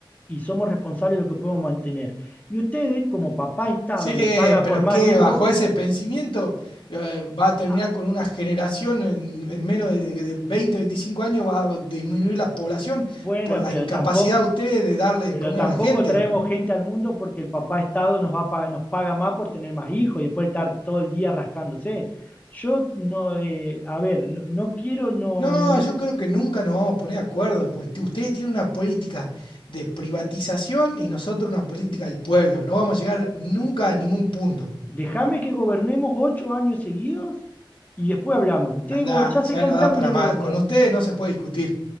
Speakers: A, on the left; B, on the left.
A: y somos responsables de lo que podemos mantener. Y ustedes, como papá Estado,
B: Sí,
A: le paga
B: pero
A: por más
B: qué,
A: hijos,
B: bajo ese pensamiento eh, va a terminar
A: ah,
B: con una generación en, en menos de, de 20, 25 años, va a disminuir la población
A: bueno,
B: por la
A: pero
B: incapacidad
A: tampoco
B: de ustedes de darle de
A: Pero
B: comer
A: tampoco
B: a la gente.
A: traemos gente al mundo porque el papá Estado nos, va a pa- nos paga más por tener más hijos y después estar todo el día rascándose. Yo no, eh, a ver, no, no quiero, no,
B: No,
A: no, no.
B: yo creo que nunca nos vamos a poner de acuerdo, pues t- ustedes tienen una política de privatización y nosotros una política del pueblo. No vamos a llegar nunca a ningún punto.
A: Déjame que gobernemos ocho años seguidos y después hablamos. Ustedes
B: Anda,
A: gober- ya se
B: ya
A: cansaron
B: no da para
A: de
B: más.
A: gobernar.
B: Con ustedes no se puede discutir.